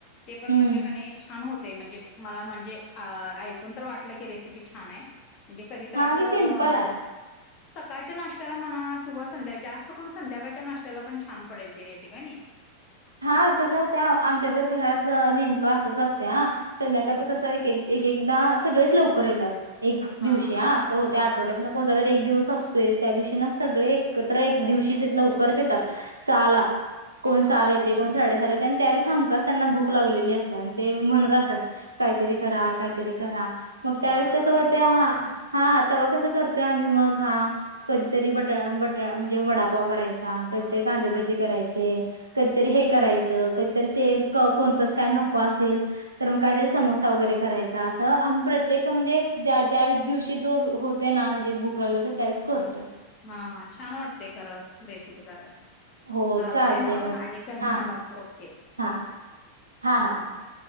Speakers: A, on the left (about 35°); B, on the right (about 80°).
A: ते पण
B: हम्म
A: म्हणजे का नाय छान होत म्हणजे मला म्हणजे ऐकून तर वाटलं की रेसिपी छान आहे. ते म्हणजे कधी तर
B: हा
A: आपलं
B: आणि सिम्पल आहे.
A: सकाळच्या नाश्त्याला मना किंवा संध्या जास्त कोण संध्याकाळच्या नाशत्याला पण छान पडेल ती रेसिपी आहे ना
B: हा कसं होत आमच्या तर घरात नेमकं असंच असत हा संध्याकाळच
A: हा
B: कसं एक-एक एक एकदा सगळेच लवकर येतात एक
A: हा
B: दिवशी ह असं होत
A: हा
B: आठवड्यात न कोणता तरी एक दिवस असतोय त्या दिवशी ना सगळे एकत्र एक दिवशी लवकरच येतात सहाला कोण
A: हा
B: सहाला येते कोण साडे सहाला येते आणि त्यावेळेस हमखास त्यांना भूक लागलेली असते आणि ते म्हणत
A: हा
B: असत काहीतरी करा-काहीतरी करा मग
A: हा
B: त्यावेेळेस
A: आता
B: कसं
A: वय
B: होत हा हा तेव्हा कसं करतोय आम्ही मग हा कधीतरी बटा-बटा म्हणजे वडापाव करायच कधीतरी
A: हा
B: कांदेभजी करायचे कधीतरी हे करायचं कधीतरी ते कोणतंच काय नको असेल तर मग काय तरी समोसा वगैरे करायचा अस अमी प्रत्येक मनजे ज्या-ज्या दिवशी होतय ना म्हणजे भूक लागली त्यावेळेस करतोय.
A: हा हा छान वाटतेय खरं रेसिपी कराय
B: हो
A: चालतेय
B: चालतंय
A: मग आणि करते
B: हा
A: मग ओके
B: हा
A: ओके
B: हा हा ओके